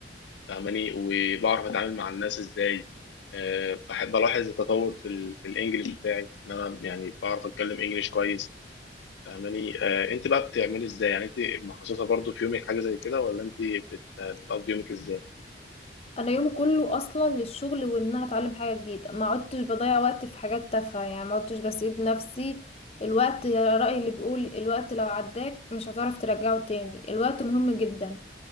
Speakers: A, on the left (about 70°); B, on the left (about 35°).
A: فاهماني وبعرف أتعامل مع الناس إزاي أه بحب ألاحظ التطور في, ال... في الإنجليش بتاعي إن أنا يعني بعرف أتكلم إنجليش كويس فاهماني أه أنت بقى بتعملي إزاي يعني أنت مخصصة برضو في يومك حاجة زي كده ولا أنت بت... بتقضي يومك إزاي؟
B: انا يومي كله اصلا للشغل وان انا اتعلم حاجه جديده ما عدتش بضيع وقت في حاجات تافهه يعني ما عدتش بسيب نفسي الوقت يا رأي اللي بيقول الوقت لو عداك مش هتعرف ترجعه تاني الوقت مهم جدا